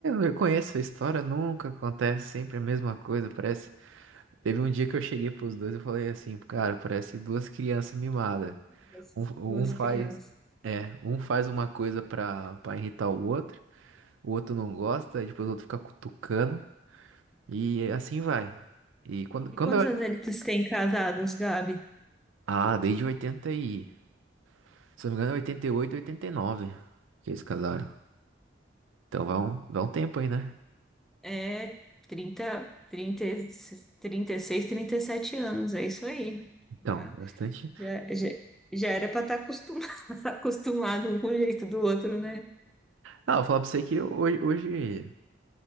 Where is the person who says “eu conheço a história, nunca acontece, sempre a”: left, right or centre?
Right